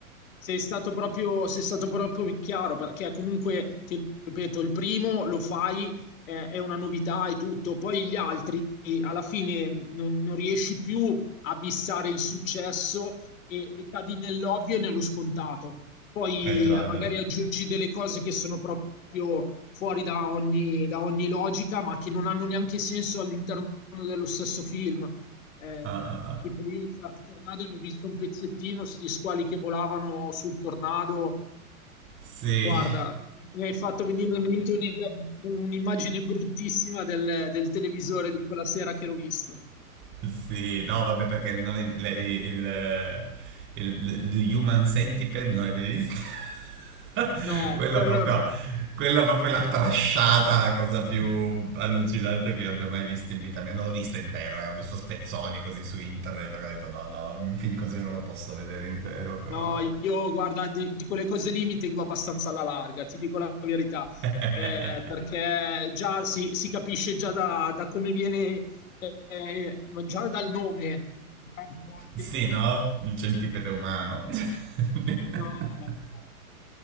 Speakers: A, on the left; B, on the right.
A: sei stato proprio, sei stato proprio chiaro perché comunque, ti ripeto, il primo lo fai, eh, è una novità e tutto, poi gli altri alla fine non, non riesci più a bissare il successo e, e cadi nell'ovvio e nello scontato. Poi
B: Eh già,
A: eh,
B: eh
A: magari
B: già.
A: aggiungi delle cose che sono proprio fuori da ogni, da ogni logica, ma che non hanno neanche senso all'interno dello stesso film. Eh,
B: Ah, ah, ah.
A: tipo io Shark Tornado ne ho visto un pezzettino, sti squali che volavano sul tornado.
B: Sì.
A: Guarda,
B: <laughs>
A: mi hai fatto venire in mente un'idea- un'immagine bruttissima del, del televisore di quella sera che l'ho visto.
B: Sì, no, vabbè, perché non è, le- il, il- il Human Centipede non l'hai mai visto? <laughs>
A: No,
B: Quella
A: quello
B: proprio,
A: no.
B: quella proprio è la trasciata, la cosa più allucinante che io abbia mai visto in vita mia. Non l'ho visto intero, eh, ho visto spezzoni così su internet, perché ho detto no, no, un film così non lo posso vedere intero, però...
A: No, io guarda, di, di quelle cose lì mi tengo abbastanza alla larga, ti dico la verità,
B: <laughs>
A: Eh, perché già si, si capisce già da, da come viene, eh, eh, già dal nome, tante volte
B: Sì, no? Il centipede umano. <laughs>
A: No, ma infatti,